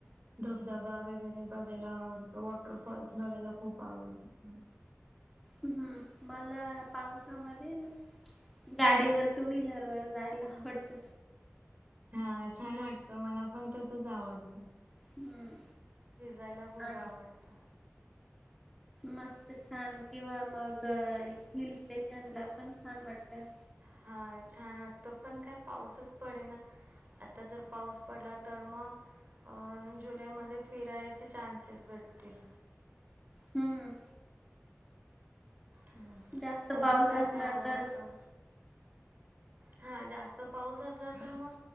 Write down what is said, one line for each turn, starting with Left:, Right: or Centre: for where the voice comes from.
Right: धबधबा वगैरे बघायला आवडतो वॉटरफॉल्स बघायला खूप आवडत <unintelligible>
Centre: हम्म मला पावसामध्ये ना गाडीवर टू व्हीलर वर जायला आवडत.
Right: हा छान वाटतं मला पण तसच आवडत.
Centre: हम्म.
Right: भिजायला खूप
Centre: आ
Right: आवडतं.
Centre: मस्त छान किंवा मग हिल स्टेशन ला पण छान वाटत.
Right: हा छान वाटतं पण काय पाऊसच पडे ना आता जर पाऊस पडला तर मग अं जुलैमध्ये फिरायचे चान्सेस भेटतील.
Centre: हम्म.
Right: हम्म
Centre: जास्त
Right: अजून
Centre: पाऊस
Right: काय
Centre: असला
Right: काय आवडतं.
Centre: तर
Right: हा जास्त पाऊस असला तर मग